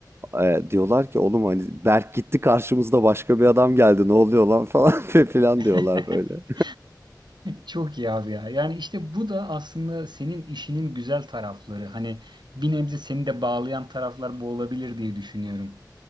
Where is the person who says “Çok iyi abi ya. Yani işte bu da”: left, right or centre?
Right